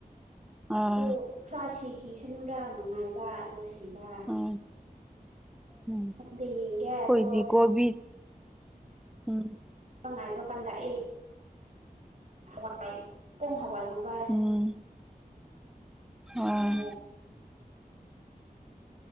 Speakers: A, in the centre; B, on the right.
A: ꯑꯥ
B: ꯑꯗꯣ ꯈꯔ ꯁꯤꯈꯤꯁꯤꯅꯨꯔꯥꯅ ꯉꯥꯏꯕ ꯑꯗꯣ ꯁꯤꯕ
A: ꯎꯝ ꯎꯝ
B: ꯈꯪꯗꯦ ꯌꯦꯡꯒꯦ
A: ꯈꯣꯏꯗꯤ
B: ꯑꯗꯣ
A: ꯀ‌ꯣꯕꯤ ꯎꯝ
B: <unintelligible> ꯉꯥꯏꯕ ꯀꯥꯟꯗ ꯑꯩ ꯍꯋꯥꯏ ꯄꯣꯡ ꯍꯋꯥꯥꯏꯒꯨꯝꯕ
A: ꯎꯝ ꯑꯥ
B: ꯑꯦ